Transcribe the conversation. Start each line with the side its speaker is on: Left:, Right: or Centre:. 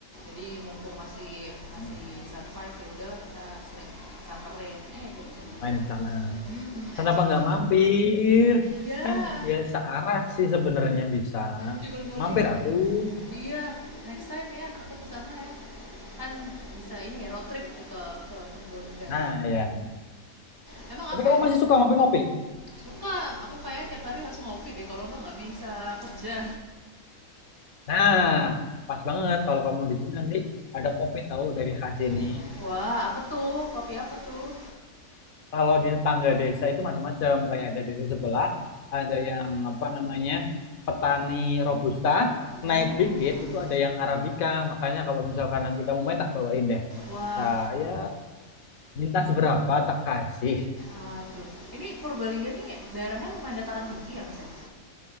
Right: Jadi mumpung masih masih
Left: main
Right: survive ya udahlah kita sering samperin. Eh jadinya jadi
Left: main
Right: banyak.
Left: di sana.
Right: Mm-mm,
Left: Kenapa
Right: explore.
Left: nggak mampir?
Right: Iya,
Left: Kan ya searah sih sebenarnya bisa.
Right: cyberbullying
Left: Mampir
Right: gue.
Left: atuh.
Right: Iya, next time ya aku ke sana ya. Kan bisa ini ya road trip ke ke Purbalingga.
Left: Nah, ya.
Right: Emang apa
Left: Tapi kamu
Right: yang
Left: masih suka ngopi-ngopi?
Right: suka? Aku kayak tiap hari harus ngopi deh kalau enggak nggak bisa kerja.
Left: Nah, pas banget kalau kamu di sini nanti ada kopi tahu dari khas ini.
Right: <laughs> Wah, apa tuh? Kopi apa tuh?
Left: Kalau di tetangga desa itu macam-macam, kayak ada desa sebelah, ada yang apa namanya petani robusta,
Right: Wow.
Left: naik dikit itu ada yang arabica. Makanya kalau misalkan nanti kamu main tak bawain deh.
Right: Wah,
Left: Tak ya minta seberapa tak kasih.
Right: waduh. Ini Purbalingga nih daerahnya lumayan dataran tinggi ya, Mas ya?